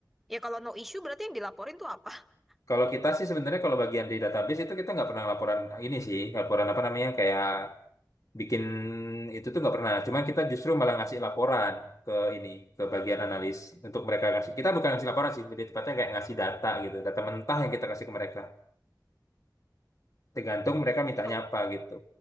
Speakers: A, in the centre; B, on the left (about 45°).
A: ya kalau no issue berarti yang dilaporin tuh apa? <laughs>
B: Kalau kita sih sebenarnya kalau bagian di database itu kita nggak pernah laporan ini sih, laporan apa namanya kayak bikin itu tuh nggak pernah. Cuman kita justru malah ngasih laporan ke ini ke bagian analis untuk mereka ngasih. Kita bukan ngasih laporan sih, lebih tepatnya kayak ngasih data gitu, data mentah yang kita kasih ke mereka. Tergantung mereka mintanya
A: Kalau
B: apa gitu.